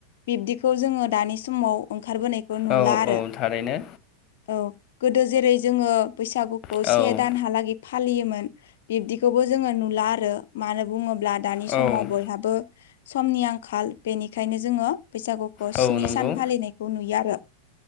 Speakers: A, on the left (about 55°); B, on the left (about 30°).
A: बिब्दिखौ जोङो दानि समाव ओंखारबोनायखौ खौ नुला
B: औ
A: आरो।
B: औ थारैनो
A: औ गोदो जेरै जोङो बैसागु खौ
B: औ
A: से दानहालागै फालियोमोन बिब्दिखौबो जोङो नुला आरो। मानो बुङोब्ला ब्ला दानि
B: औ
A: समाव बयहाबो समनि आंखाल बेनिखायनो जोङो बैसागु नि
B: औ नंगौ
A: सान फालिनायखौ नुयो आरो